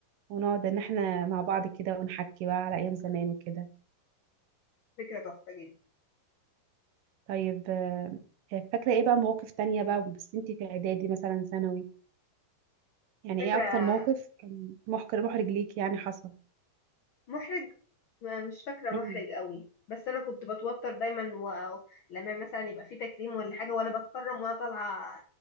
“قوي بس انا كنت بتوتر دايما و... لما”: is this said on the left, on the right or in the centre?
Left